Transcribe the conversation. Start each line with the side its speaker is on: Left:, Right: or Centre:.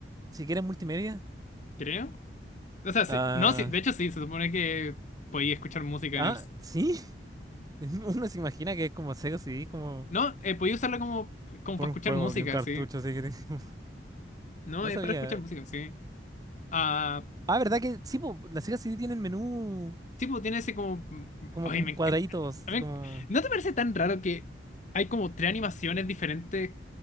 Right: si quieres multimedia.
Left: creo. O sea, sí,
Right: Ah,
Left: no, sí, de hecho sí, se supone que podéis escuchar música
Right: ah,
Left: en el...
Right: sí. <laughs> Uno se imagina que es como Sega CD, como
Left: No, eh, podéis usarla como, como
Right: por
Left: para
Right: un
Left: escuchar
Right: juego
Left: música,
Right: y un cartucho,
Left: sí.
Right: si quieres. <laughs>
Left: No,
Right: No
Left: es
Right: sabía.
Left: para escuchar música, sí. Ah.
Right: Ah, ¿verdad que sí? po, la Sega CD tiene el menú
Left: Tipo, tiene ese como. mm, mm,
Right: como
Left: Ay,
Right: con
Left: me
Right: cuadraditos,
Left: encanta. a mí-
Right: como...
Left: ¿No te parece tan raro que hay como tres animaciones diferentes?